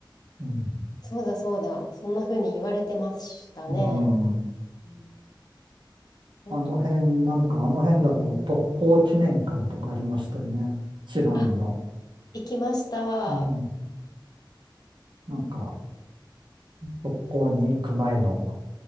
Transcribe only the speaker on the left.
そうだ、そうだ。そんな風に言われてましたね。
うんあとな、
あ、行きました。
うん